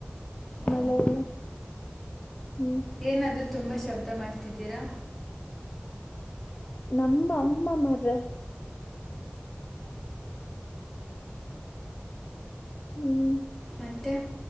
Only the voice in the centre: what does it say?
ಓ
ಏನಾದರೂ ತುಂಬ ಶಬ್ದ ಮಾಡ್ತಿದ್ದೀರಾ
ಮತ್ತು